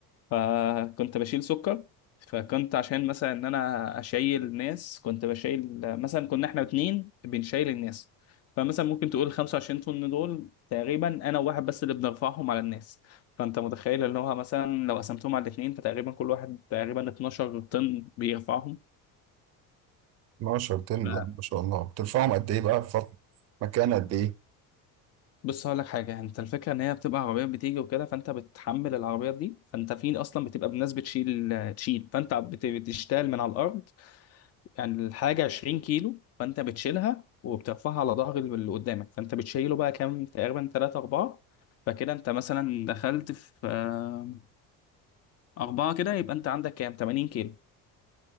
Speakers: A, on the left (about 40°); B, on the right (about 40°).
A: فكنت بشيل سكر فكنت عشان مثلا ان انا اشيل الناس كنت بشيل مثلا كنا احنا اتنين بنشيل الناس فمثلا ممكن تقول 25 طن دول تقريبا انا وواحد بس اللي بنرفعهم على الناس فانت متخيل ان هو مثلا لو قسمتهم على الاتنين فتقريبا كل واحد تقريبا 12 طن بيرفعهم
B: 12 طن
A: ف-
B: لا ما شاء الله بترفعهم قد ايه بقى في فترة- مكان قد ايه
A: بص هقول لك حاجه انت الفكره ان هي بتبقى عربيات بتيجي وكده فانت بتحمل العربيات دي فانت في اصلا بتبقى بناس بتشيل تشيل فانت بت- بتشتغل من على الارض يعني الحاجة 20 كيلو فأنت بتشيلها وبترفعها على ظهر اللي قدامك فأنت بتشيله بقى كام تقريبا تلاتة أربعة فكده أنت مثلا دخلت في آه، أربعة كده يبقى أنت عندك كام 80 كيلو